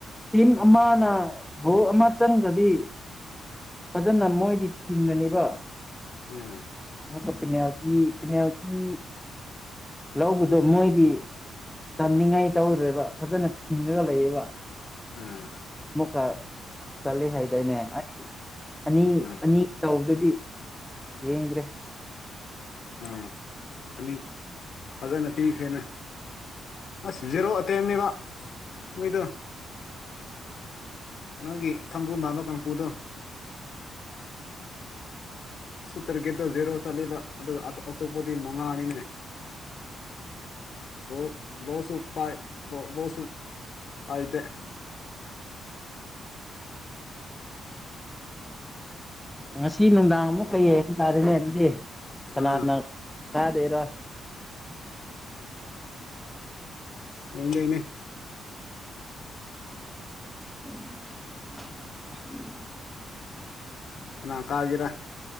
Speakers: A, in the centre; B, on the left.
A: ꯇꯤꯝ ꯑꯃꯅ ꯒꯣꯜ ꯑꯃ ꯆꯟꯒꯔꯗꯤ꯫ ꯐꯖꯅ ꯃꯣꯏꯗꯤ ꯊꯤꯡꯅꯅꯦꯕ꯫
B: ꯎꯝ
A: ꯑꯃꯨꯛꯛ ꯄꯦꯅꯥꯜꯇꯤ ꯄꯦꯅꯥꯜꯇꯤ꯫ ꯂꯧꯕꯗꯣ ꯃꯣꯏꯗꯤ ꯆꯥꯅꯤꯡꯉꯥꯏ ꯇꯧꯗ꯭ꯔꯦꯕ ꯐꯖꯅ ꯊꯤꯡꯉꯒ ꯂꯩꯌꯦꯕ꯫
B: ꯎꯝ꯫
A: ꯑꯃꯨꯛꯀ ꯆꯠꯂꯤ ꯍꯥꯏꯗꯏꯅꯦ ꯑꯅꯤ
B: ꯎꯝ
A: ꯑꯅꯤ ꯇꯧꯕꯗꯨꯗꯤ꯫ ꯌꯦꯡꯗꯔꯦ꯫
B: ꯑꯥ ꯃꯤꯅꯤ ꯐꯖꯅ ꯄꯤꯈ꯭ꯔꯦꯅꯦ꯫ ꯑꯁ ꯖꯦꯔꯣ ꯑꯇꯦꯝꯅꯦꯕ ꯃꯤꯗꯣ꯫ ꯅꯣꯏꯒꯤ ꯊꯥꯡꯒꯨꯜ ꯃꯥꯟꯕ ꯀꯥꯡꯄꯨꯗꯣ꯫ ꯁꯨꯇꯔꯒꯤꯗꯣ ꯖꯦꯔꯣ ꯆꯠꯂꯤꯕ ꯑꯗꯨꯒꯞ ꯑꯇꯣꯞꯄꯗꯤ ꯃꯉꯥꯅꯤꯅꯦ꯫ ꯕꯣꯜ ꯕꯣꯜ ꯕꯣꯜꯁꯨ ꯄꯥꯏ ꯄꯥꯏꯗꯦ꯫
A: ꯉꯁꯤ ꯅꯨꯡꯗꯥꯡ ꯑꯃꯨꯛ ꯀ ꯌꯦꯡꯕ ꯇꯥꯔꯦꯅꯦ ꯑꯗꯨꯗꯤ ꯀꯅꯥꯅ
B: ꯑꯥ
A: ꯀꯥꯗꯣꯏꯔꯥ꯫
B: <unintelligible>
A: <inaudible>
B: ꯀꯥꯅ ꯀꯥꯒꯦꯔ꯫